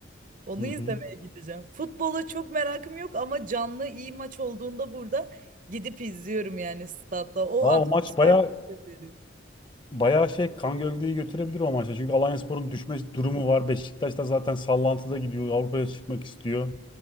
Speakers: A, on the right; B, on the left.
A: Onu
B: Hı
A: izlemeye
B: hı.
A: gideceğim. Futbola çok merakım yok ama canlı iyi maç olduğunda burada gidip izliyorum yani statta. O
B: Aa,
A: atmosfer
B: o maç bayağı
A: çok güzel.
B: bayağı şey kan gövdeyi götürebilir o maçta. Çünkü Alanyaspor'un düşme durumu var. Beşiktaş da zaten sallantıda gidiyor. Avrupa'ya çıkmak istiyor.